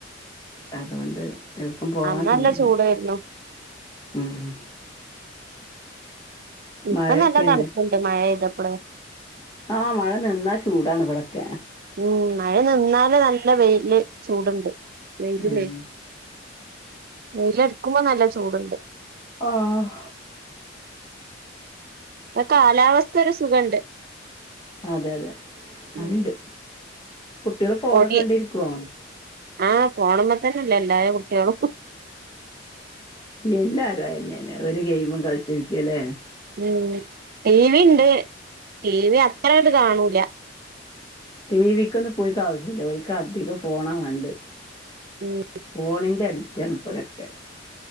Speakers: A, on the left; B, on the right.
A: അതുകൊണ്ട് എവിടെക്കും പോവാൻ
B: അന്ന് നല്ല
A: തോന്നുന്നില്ല
B: ചൂടായിരുന്നു
A: ഉം.
B: ഇപ്പൊ
A: മഴയൊക്കെ
B: നല്ല തണുപ്പുണ്ട് മഴെയ്തപ്പള്
A: ആഹ് മഴ നിന്നാ ചൂടാണ് ഇവിടൊക്കെ
B: ഉം മഴ നിന്നാല് നല്ല വെയില് ചൂടുണ്ട് വെയിലിലേ
A: ഉം.
B: വെയിലടിക്കുമ്പോ നല്ല ചൂടുണ്ട്
A: ആഹ്
B: ആ കാലാവസ്ഥ ഒരു സുഖണ്ട്
A: അതെ അതെ
B: ഉം
A: അത്ണ്ട് കുട്ടിയള് ഫോണൊക്കെ
B: പൊടി
A: കണ്ടിരിക്കുവോ
B: ആഹ് ഫോണ്മ്മേ തന്നെല്ലേ എല്ലാ കുട്ടിയളും
A: എല്ലാരും അയന്നെയാണ് ഒരു ഗെയിമും കളിച്ചിരിക്കല്ലേ
B: ഉം ടി വി ണ്ട് ടി വി അത്രായിട്ട് കാണൂല
A: ടി വി ക്കൊന്നും ഇപ്പോര്ക്ക് ആവശ്യില്ല ഓര്ക്ക് അധികം ഫോണാ വേണ്ടേ
B: ഉം
A: ഫോണിന്റെ അഡിക്റ്റാണ് ഇപ്പോരൊക്കെ